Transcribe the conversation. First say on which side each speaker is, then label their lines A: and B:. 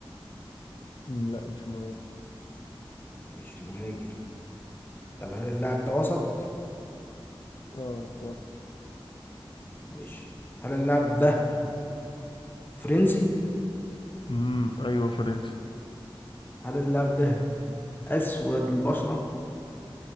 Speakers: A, on the left; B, on the left.
A: أمم، لا مش مهاجم
B: مش مهاجم طب هل اللاعب ده وسط؟
A: اه وصل
B: ماشي هل اللاعب ده فرنسي
A: امم ايوه فرنسي
B: هل اللاعب ده أسود البشرة